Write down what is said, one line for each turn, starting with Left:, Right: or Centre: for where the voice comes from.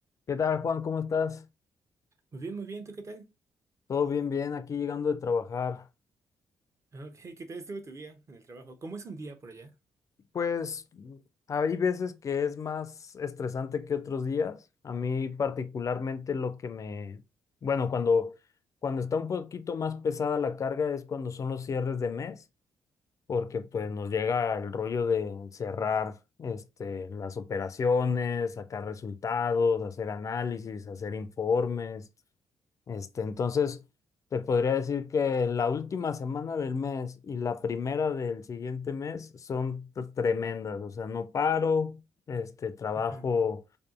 Left: ¿Qué tal, Juan? ¿Cómo estás?
Right: Muy bien, muy bien, ¿tú qué tal?
Left: Todo bien, bien, aquí llegando de trabajar.
Right: Ah, Ok, ¿qué tal estuvo tu día en el trabajo? ¿Cómo es un día por allá?
Left: Pues mm, hay veces que es más estresante que otros días. A mí particularmente lo que me... Bueno, cuando, cuando está un poquito más pesada la carga es cuando son los cierres de mes, porque pues nos llega el rollo de cerrar este, las operaciones, sacar resultados, hacer análisis, hacer informes. Este, entonces, te podría decir que la última semana del mes y la primera del siguiente mes son t- tremendas, o sea, no paro, este, trabajo
Right: Ujú,